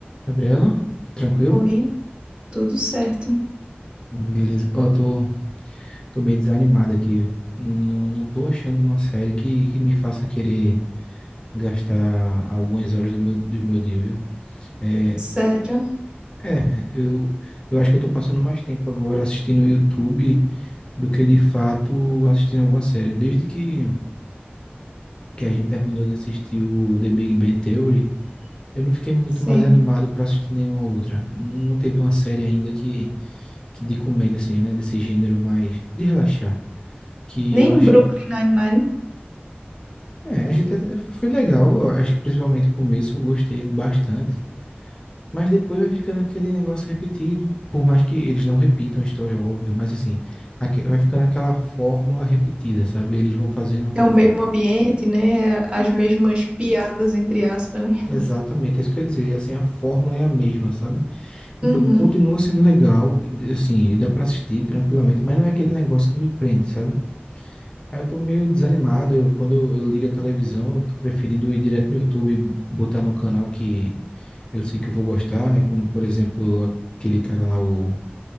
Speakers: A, on the left (about 20°); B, on the right (about 25°).
A: Gabriela, tranquilo?
B: Oi, tudo certo.
A: Beleza. Ó, tô, tô meio desanimado aqui. Não, não, não tô achando uma série que, que me faça querer gastar algumas horas do meu, do meu dia, viu? É,
B: Sério,
A: é eu, eu acho que eu tô passando mais tempo agora assistindo o YouTube do que de fato assistindo alguma série. Desde que, que a gente terminou de assistir o The Big Bang Theory, eu não fiquei muito
B: sim.
A: mais animado pra assistir nenhuma outra. Não teve uma série ainda que, que de comédia, assim, né? Desse gênero mais de relaxar. que
B: Nem
A: eu achei.
B: Brooklyn Nine-Nine
A: É, a gente até- foi legal. Eu acho que principalmente o começo eu gostei bastante. Mas depois vai ficando aquele negócio repetido. Por mais que eles não repitam a história, óbvio, mas assim, aque- vai ficando aquela fórmula repetida, sabe? Eles vão fazendo.
B: é o mesmo ambiente, né? As
A: Hum.
B: mesmas piadas, entre aspas, né?
A: Exatamente, é isso que eu ia dizer. Assim, a fórmula é a mesma, sabe? Então
B: Uhum.
A: continua sendo legal, e, assim, e dá pra assistir tranquilamente, mas não é aquele negócio que me prende, sabe? Aí eu tô meio desanimado. eu- Quando eu, eu ligo a televisão, eu tô preferindo ir direto no YouTube, botar no canal que eu sei que eu vou gostar, né? Como, por exemplo, aquele cara lá, o,